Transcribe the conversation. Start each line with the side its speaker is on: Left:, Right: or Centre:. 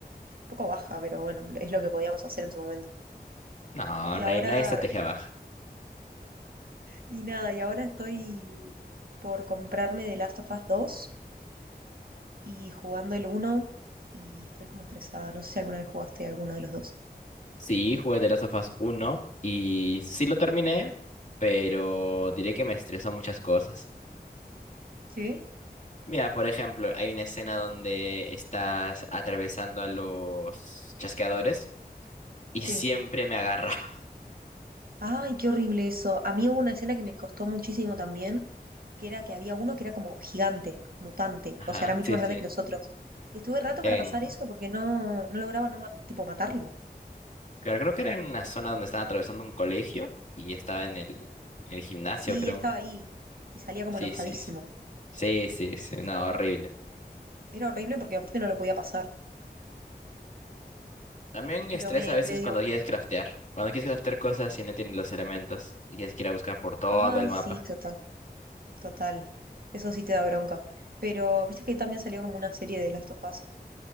Right: poco baja, pero bueno, es lo que podíamos hacer en su momento.
Left: No,
Right: Y
Left: no
Right: ahora,
Left: hay, no hay estrategia baja.
Right: y nada, y ahora estoy por comprarme The Last of Us 2 y jugando el uno y estoy como estresada. No sé si alguna vez jugaste alguno de los dos.
Left: Sí, jugué The Last of Us 1 y sí lo terminé, pero diré que me estresó muchas cosas.
Right: ¿Sí?
Left: Mira, por ejemplo, hay una escena donde estás atravesando a los chasqueadores y
Right: Sí.
Left: siempre me agarra. <laughs>
Right: Ay, qué horrible eso. A mí hubo una escena que me costó muchísimo también, que era que había uno que era como gigante, mutante,
Left: Ajá,
Right: o sea, era mucho
Left: sí,
Right: más
Left: sí.
Right: grande que los otros. Y estuve rato
Left: En,
Right: para pasar eso porque no, no lograba no ma- tipo matarlo.
Left: creo creo que era en una zona donde estaban atravesando un colegio y estaba en el, en el gimnasio,
Right: Sí,
Left: creo.
Right: y él estaba ahí y salía como
Left: Sí,
Right: enojadísimo.
Left: sí, sí. Sí, sí, sí. No,
Right: Yo-
Left: horrible.
Right: Era horrible porque aparte no lo podía pasar,
Left: También
Right: pero
Left: estresa
Right: me,
Left: a veces
Right: me dio...
Left: cuando quieres craftear. Cuando quieres craftear cosas y no tienes los elementos y tienes que ir a buscar por todo
Right: Ay,
Left: el mapa.
Right: sí, total. Total, eso sí te da bronca. Pero viste que también salió como una serie de Last of Us